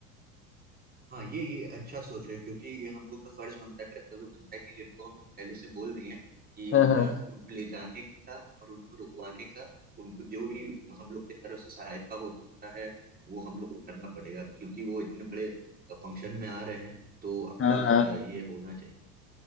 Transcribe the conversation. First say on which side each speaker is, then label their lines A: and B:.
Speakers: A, on the right; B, on the left.
A: हाँ ये ये अच्छा सोच रहे हो क्योंकि ये हम लोग का फर्ज बनता है कर्तव्य बनता है कि जिनको हम लोग पहले से बोल दिए हैं कि उनका
B: हाँ हाँ
A: उनको ले जाने का और उनको रुकवाने का उनको जो भी हम लोग की तरफ से सहायता होता है वो हम लोग को करना पड़ेगा क्योंकि वो इतने बड़े फंक्शन में आ रहे हैं तो ऑफ
B: हाँ
A: कोर्स
B: हाँ
A: ये होना चाहिए